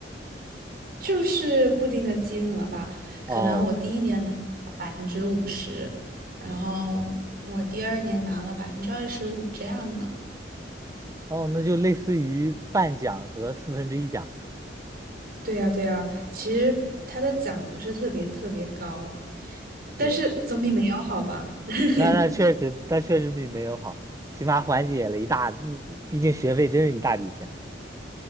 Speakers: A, on the right (about 55°); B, on the right (about 20°).
A: 就是固定的金额吧，
B: 哦
A: 可能我第一年拿了百分之五十，然后我第二年拿了百分之二十五这样的。
B: 哦，那就类似于半奖和四分之一奖。
A: 对呀，对呀，其实他的奖不是特别特别高，但是总比没有好吧？
B: 对，
A: <laughs>
B: 那那确实，那确实比没有好，起码缓解了一大，嗯毕竟学费真是一大笔钱